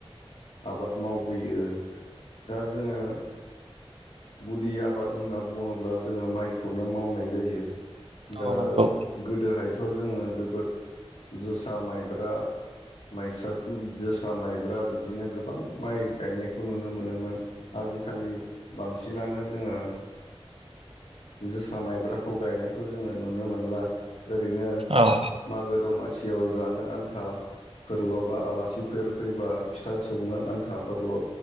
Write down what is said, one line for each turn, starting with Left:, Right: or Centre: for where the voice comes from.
Left: आबाद मावबोयो दा जोङो गुदि आबाद होनना बुङोब्ला जोङो माइखौनो मावनाय जायो । दा
Right: औ नंगौ
Left: गोदोहाय थ' जोङो जोबोद जोसा माइब्रा माइसा जोसा माइब्रा बिदिनो गोबां माइ गायनायखौ नुनो मोनोमोन आजिखालि बांसिनानो जोङो जोसा माइब्राखौ गायनायखौ जोङो नुनो मोनला । ओरैनो
Right: औ
Left: मागो दमा सिवाव जानो आन्थाफोरल' बा आलासिफोर फैबा फिथा सौनो आन्थाफोरल'